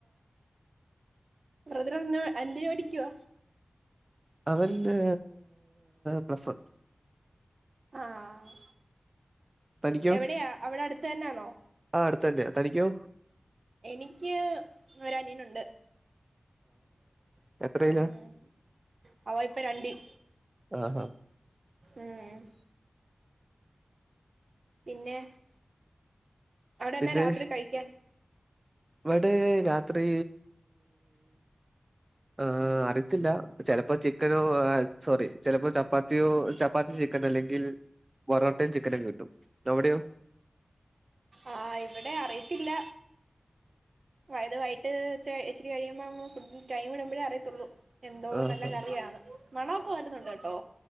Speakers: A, on the right; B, on the right.
A: ബ്രദറെന്നു എന്തിനുപടിക്കുവ
B: അവന്റ് പ്ലസ് വൺ
A: ആഹ്
B: തനിക്കോ
A: എവിടെയാ അവിടെ അടുത്ത് തന്നാണോ
B: ആ അടുത്ത് തന്നെയാ തനിക്കോ
A: എനിക്ക് ഒരനിയനുണ്ട് ണ്ട്
B: ആ എത്രയിലാ
A: ഉം അവ ഇപ്പൊ രണ്ടിൽ
B: ആഹാ
A: ഉം പിന്നെ അവിടെന്നാ
B: പിന്നെ
A: രാത്രി കഴിക്കാൻ
B: ഇവിടെ രാത്രി ആ അറിയത്തില്ല ചെലപ്പോ ചിക്കനോ സോറി ചിലപ്പോ ചപ്പാത്തിയോ ച പ്പാത്തി ചിക്കൻ അല്ലെങ്കിൽ ബറോട്ടേം ചി ക്കനും കിട്ടും ടവിടെയോ
A: ആ ഇവിടെ അറിയത്തില്ല വയത് വായി ട്ട്ച്ചെ ഇച്ചിരി കഴിയുമ്പം ഫുഡ് ടൈംമ് ടുമ്പഴേ അറിയത്തുള്ളൂ എന്തോ
B: ആഹാ
A: നല്ല കറിയാണ് മണോക്ക വരുന്നുണ്ട്ഏട്ടോ